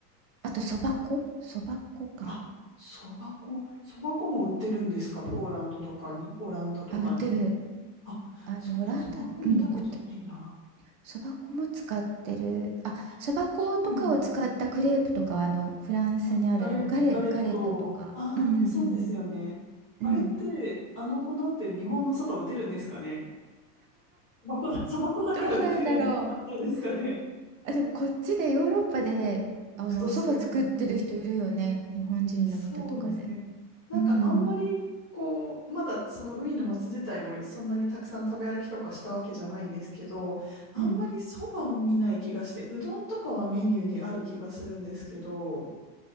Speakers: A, on the right (about 60°); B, in the centre.
A: あと、そば粉そば粉か。
B: あ、そば粉。そば粉も売ってるんですかポーランドとかに、オランダとかに。
A: あ、売ってる。
B: あ、
A: あの、
B: そうなん、
A: オランダ、
B: そば粉見たことないな。
A: うん、売って、そば粉も使ってる。あ、
B: あ、
A: そば粉とかを使ったクレープとかは、
B: そうなんですね。
A: あの、フランスにある、
B: あ、ガレ、
A: あの、ガレ、
B: ガレット。
A: ガレットとか。
B: ああ、
A: うんうんうん
B: そうですよね。あれって、
A: うん。うん。
B: あの粉って日本のそば打てるんですかねそば粉だ、そば粉だから打てる。
A: どうなんだろ
B: どうなんですかね
A: う。あ、でも、こっちでヨーロッパで、あの、
B: ふとした疑問。
A: お蕎麦作ってる人いるよね。日本人の人とかで。
B: そうですね。なんかあんまりこう、
A: うん。
B: まだそのウィーンの街自体もそんなにたくさん食べ歩きとかしたわけじゃないんですけど、あんまりそばを見ない気がして、
A: うん。
B: うどんとかはメニューにある気がするんですけど、